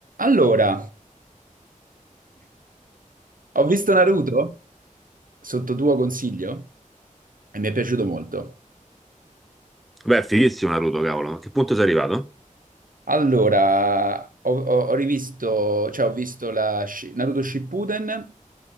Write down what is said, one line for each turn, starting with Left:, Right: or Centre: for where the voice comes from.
Right: Allora, ho visto Naruto sotto tuo consiglio e mi è piaciuto molto.
Centre: Beh, è fighissimo Naruto, cavolo. A che punto sei arrivato?
Right: Allora, ho, ho- ho rivisto, cioè ho visto la Shi- Naruto Shippuden,